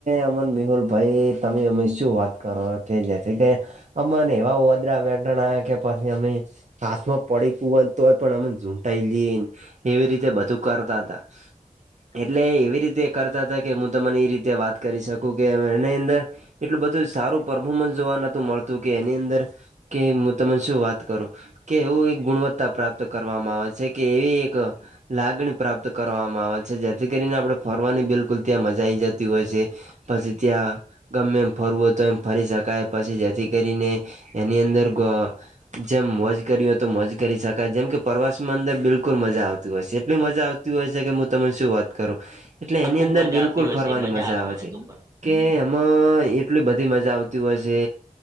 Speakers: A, on the right; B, on the right.
A: અમર મેિહુલભાઈ તમે અમે શું વાત કરો કે જેથી કે અમાને એવા વદ્ર વઠણા કે પછી અમે ક્સમાં પડે ક હો તોય પણ આમાં ઝુંટાઈ લઈન એવી રીતે બધું કરતા હતા. એટલે એવી રીતે કરતા હતા કે હું તમને એ રીતે વાત કરી શકું કે એની અંદર એટલું બધું સારું પર્ફોર્મન્સ જોવા નતું મળતું કે એની અંદર કે હું તને શું વાત કરું કે એવું એક ગુણવત્તા પ્રાપ્ત કરવામાં આવે છે કે એવી <inaudible> લાગણી પ્રાપ્ત કરવામાં આવે છે જેથી કરીને આપણે ફરવાની બિલકુલ ત્યાં મજા આવી જતી હોય છે. પછી ત્યા ગમે એમ ફરવું હોય તો એમ ફરી શકાય. પછી જેથી કરીને એની અંદર જેમ મોજ કરી હોય તો મોજ કરી શકાય. જેમ કે પ્રવાસ માં અંદર બિલકુલ મજા મજા આવતી હોય છે. એટલી મજા આવતી હોય છે કે હું તમને શું વાત કરું. એટલે એની
B: ખુબ
A: અંદર
B: મજા
A: બિલકુલ
B: આવતી હશે
A: ફરવાની મજા આવે
B: મને
A: છે.
B: તો પણ
A: કે આમાં એટલી બધી મજા આવતી હોય છે.